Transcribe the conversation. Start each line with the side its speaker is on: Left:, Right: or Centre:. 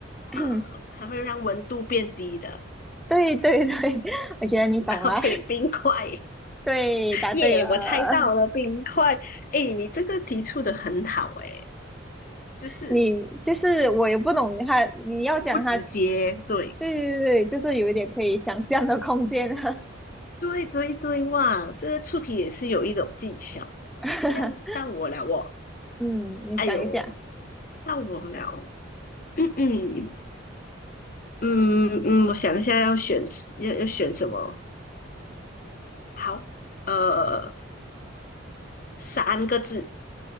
Centre: <coughs>
Left: 呃，它会让温度变低的
Centre: <clears throat> 对对对，<laughs> 我觉得你懂了，
Left: <laughs>？OK，冰块，
Centre: <laughs> 对，答对了。
Left: 耶、我猜到了冰块。哎，你这个提出的很好，哎，就是
Centre: 你就是我也不懂他，你要讲他
Left: 不直接，对，
Centre: 对对对，就是有一点可以想象的空间。
Left: 对对对，哇，这个出题也是有一种技巧。
Centre: <laughs>
Left: 这样到我了，我，
Centre: 嗯，你想一下
Left: 哎呦，到我了，<clears throat> 嗯嗯。嗯嗯，我想一下要选要要选什么？好，呃，三个字